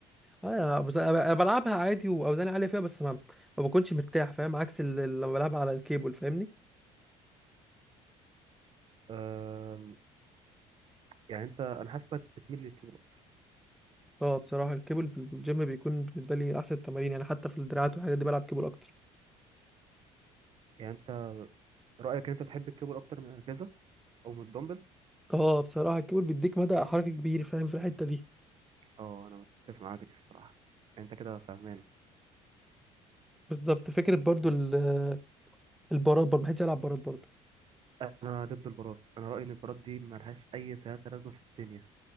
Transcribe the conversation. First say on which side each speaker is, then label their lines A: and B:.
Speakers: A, in the centre; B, on the right.
A: اه يعني انا بز- أنا بلعبها عادي واوزاني عاليه فيها بس ما ما بكونش مرتاح فاهم عكس ال- ال- لما بلعبها على الكيبل فاهمني
B: آم، يعني أنت أنا حاسك بتميل للكيبل أكتر
A: اه بصراحه الكيبل في الجيم بيكون بالنسبه لي احسن التمارين يعني حتى في الدراعات والحاجات دي بلعب كيبل اكتر
B: يعني أنت رأيك إن أنت بتحب الكيبل أكتر من الأجهزة أو من الدمبل
A: اه بصراحه الكيبل بيديك مدى حركه كبير فاهم في الحته دي
B: اه أنا متفق معاك دي الصراحة يعني أنت كده فاهمان
A: بالظبط فكره برضو ال- البارات برضو ما بحبش العب بارات برضو
B: أنا ضد البارات أنا رأيي إن البارات دي ملهاش أي تلاتة لازمة في الدنيا